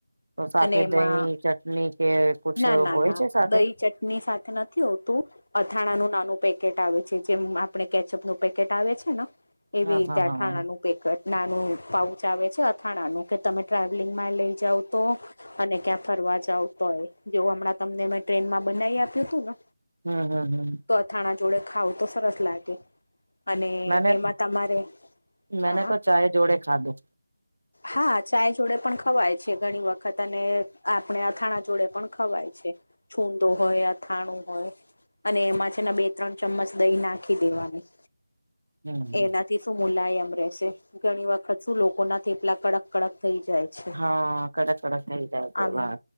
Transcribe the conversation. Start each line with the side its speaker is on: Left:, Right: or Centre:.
Right: તો સાથે
Left: અને એમાં
Right: દહીં, ચટણી કે કુછ
Left: ના ના
Right: હોય
Left: ના,
Right: છે સાથે
Left: દહીં ચટણી સાથે નથી હોતું? અથાણાનું નવુ પેકેટ આવે છે જેમ આપણે કેચઅપનું પેકેટ આવે છેના. એવી
Right: હા
Left: રીતે
Right: હા હા
Left: અથાણાનું. પેકટ નાનું પાઉચ આવે છે અથાણાનું કે તમે ટ્રાવેલિંગમાં લઈ જાવ તો અને ક્યાં ફરવા જાવતો હોય જેવ હમણાં તમને મે ટ્રેનમાં બનાવી આપ્યું હતું ને.
Right: હમ હમ હમ.
Left: તો અથાણા જોડે ખાવ તો સરસ લાગે. અને
Right: મેને
Left: એમાં તમારે
Right: મેને
Left: હા.
Right: તો ચાય જોડે. ખાધુ.
Left: હા, ચાય જોડે પણ ખવાય છે ઘણી વખત અને આપણે અથાણા જોડે પણ ખવાય છે. છુંદો હોય, અથાણું હોય. અને એમાં છેના બે ત્રણ ચમચ દહીં નાખી દેવાની.
Right: હમ
Left: એનાથી શું મુલાયમ રેહશે ઘણી વખત શું લોકોના થેપલા કડક કડક થઈ જાય છે
Right: હા, કડક કડક થઈ જાય
Left: આમ
Right: તેવા